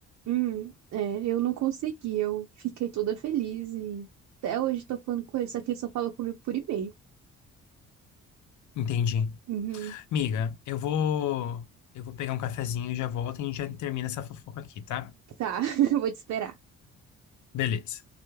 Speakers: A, on the right; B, on the left.
A: Hum, é, eu não consegui. Eu fiquei toda feliz e até hoje tô falando com ele, só que ele só fala comigo por e-mail.
B: Entendi.
A: Uhum.
B: Miga, eu vou eu vou pegar um cafezinho e já volto e a gente já termina essa fofoca aqui, tá?
A: Tá, <laughs> vou te esperar.
B: Beleza.